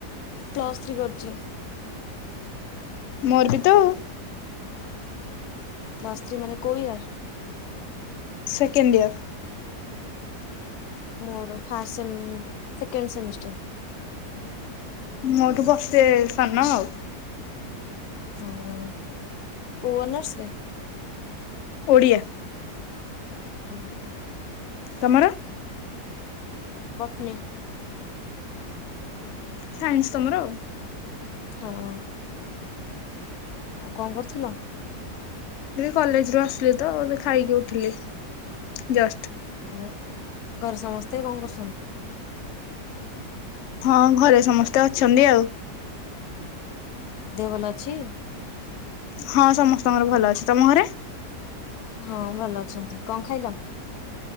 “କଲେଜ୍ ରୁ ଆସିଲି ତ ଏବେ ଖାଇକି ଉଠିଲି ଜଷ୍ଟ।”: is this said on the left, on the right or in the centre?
Left